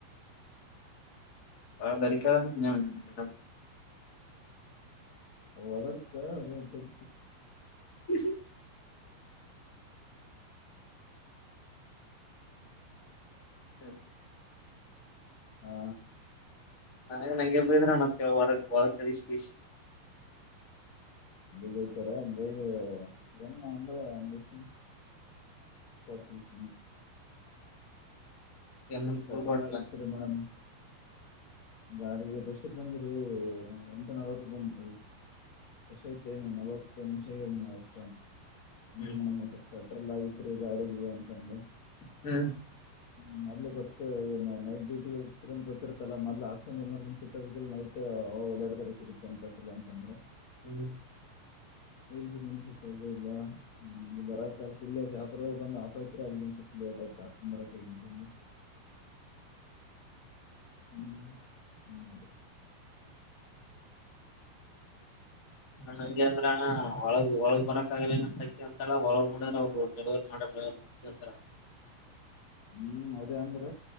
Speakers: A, on the left (about 35°); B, on the left (about 70°).
A: ಬಾಳ ಬೆರಿಕಿ ಆಳ ನಿಮ್ ಮೇಡಂ.
B: ವದರ್ತ ಅ ತಚು
A: <inaudible> ಹ
B: ಹಾ
A: <unintelligible>
B: ಹಂಗೆ ಬಯ್ತರ ಅಂದ ಇದು ಎನ ನಾ ಅಂದಲ್ಲ ಅಂದಸ ಕೊಟ್ಟಲ ಸುಮ್
A: ಎಮ್ಮನ್ ಕೂಳ್
B: ಪೆಟ್ರೋಲ್
A: ಕೊಟ್ಲ
B: ಆಗತ್ತ ರೀ ಮೇಡಮ್. ಗಾಡಿಗ ಇವತ್ ಎಷ್ಟಕ ಬಂದ್ರರಿ ಎಂಟ ನಲ್ವತ್ ಬಂದ ಎಷ್ಟ ಆಯ್ತ್ ಟೈಮ್ ನಲವತ್ತ ನಿಮಷ ಆಗ ಎಸ
A: ಹ್ಮ್
B: ರೀ ಮೇಡಮ್ ಒಂದ್ ಸ್ವಲ್ ಪೆಟ್ರೋಲ್ ಆಗತ್ರಿ ಗಾಡಿಗಿ ಅಂತಂದೆ.
A: ಹ್ಮ.
B: ಹ್ಮ್ ಮೊದ್ಲ ಗೊತ್ತ ಏನ್ ನೈಟ್ ಡ್ಯೂಟಿ ಹೋಗ್ತರ ಗೊತ್ತಿರತ್ತಲ್ಲ ಮದ್ಲ ಒ ಎಮರ್ಜೆನ್ಸಿ ಇಟ್ಟ ನೈಟ್ ಅವಾಗ ಓಡದರ ಸಿಗುತ್ತ ಅನ್ಪೆಟ್ರ ಅಂತಂದ್ರ.
A: ಹ್ಮ.
B: <unintelligible> ಬರಾಕ ಇಲ್ಲೇ ಶಪುರ ದಾಗ ಒಂದ ಆಫ್ ಐತ್ರಿ ಅಲ್ಲ ಎಟ ಅಯ್ತ್ರಿ ಹಕ್ಸ ಬರಕ ಅಂತ ಐತಿ ಅಂದು
A: <inaudible>
B: ಹ್ಮ್ ಸುಮ್ಮ ಆದ.
A: ಹ ಹಂಗೆ ಅಂದ್ರ ಅಣ್ಣ ಒಳಗ ಒಳಗ್ ಬರಕ್ ಆಗಲ್ಲೆನ ಅಂತ ಅಕಿ ಅಂತಳ ಒಳಗ ನೋಡಿದ್ರ ಅವರ ಡೆಲಿವರಿ ಮಾಡ <unintelligible>
B: ಹ್ಮ ಅದೇ ಅಂದ್ರ